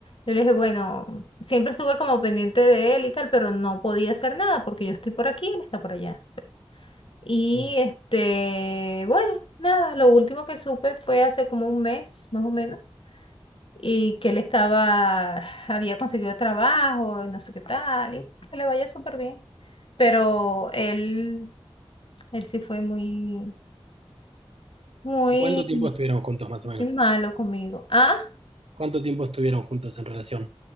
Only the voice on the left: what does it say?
Yo le dije, bueno, siempre estuve como pendiente de él y tal, pero no podía hacer nada porque yo estoy por aquí, él está por allá. Y
este, bueno, nada, lo último que supe fue hace como un mes, más o menos, y que él estaba, había conseguido trabajo y no sé qué tal, y bueno, que le vaya súper bien. Pero él, él sí fue muy, muy,
muy malo conmigo. Ah,